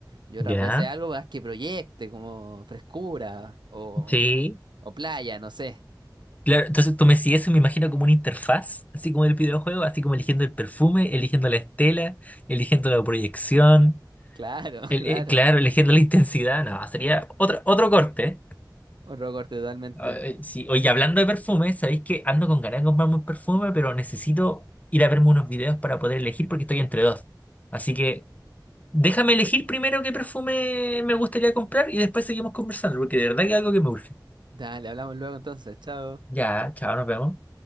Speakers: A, on the right; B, on the left.
A: Y otras
B: Ya,
A: veces algo más que proyecte, como frescura o,
B: sí.
A: o playa, no sé.
B: Claro, entonces tú me sigues y me imagino como una interfaz, así como el videojuego, así como eligiendo el perfume, eligiendo la estela, eligiendo la proyección,
A: Claro,
B: el-
A: <laughs> claro.
B: eh, claro, eligiendo la intensidad, no, sería otro, otro corte.
A: Otro corte totalmente.
B: Ah, eh, sí, oye, hablando de perfume, sabéis que ando con ganas de comprarme un perfume, pero necesito ir a verme unos videos para poder elegir porque estoy entre dos. Así que déjame elegir primero qué perfume me gustaría comprar y después seguimos conversando, porque de verdad que es algo que me urge.
A: Dale, hablamos luego entonces, chao.
B: Ya, chao, nos vemos.